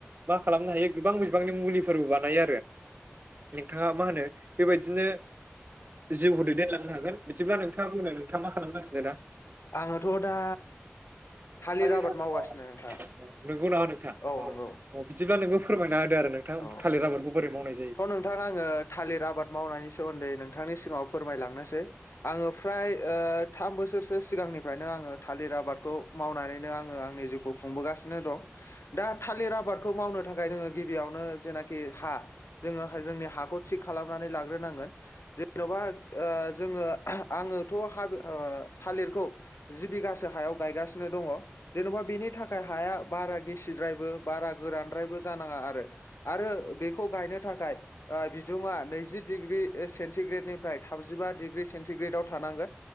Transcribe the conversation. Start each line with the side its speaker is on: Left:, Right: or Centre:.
Right: मा खालामनो हायो गोबां बिबांनि मुलिफोरबो बानायो आरो। नोंथाङा मा होनो बेबायदिनो जिउखौ दैदेनलांनो हागोन। बिदिब्ला नोंथाङा बुंदो नोंथाङा मा खालामगासिनो दा?
Left: आङोथ' दा
Right: <unintelligible>
Left: थालिर आबाद मावगासिनो नोंथां
Right: नंगौ नामा नोंथां?
Left: औ नंगौ
Right: औ बिदिब्ला नोंबो फोरमायना होदो आरो नों थां
Left: औ
Right: थालिर आबादखौ बोरै मावनाय जायो?
Left: थ' नोंथां आङो थालिर आबाद मावनायनि सोमोन्दै नोंथांनि सिगाङा फोरमायलांनोसै आङो फ्राय ओ थाम बोसोरसो सिगांनिफ्रायनो आङो थालिर आबादखौ मावनानैनो आङो आंनि जिउखौ खुंबोगासिनो दं। दा थालिर आबादखौ मावनो थाखाय जोङो गिबियावनो जेनाखि हा जोङो जोंनि हाखौ थिग खालामनानै लाग्रोनांगोन जे जेन'बा ओ जोङो आङोथ' हा ओ थालिरखौ जि बिघासो हायाव गायगासिनो दङ जेन'बा बेनि थाखाय हाया बारा गिसिद्रायबो बारा गोरानद्रायबो जानाङा आरो आरो बेखौ गायनो थाखाय आ बिदुंया नैजि डिग्रि सेनथि ग्रेड निफ्राय थाबजिबा डिग्रि सेन्टिग्रेदाव थानांगोन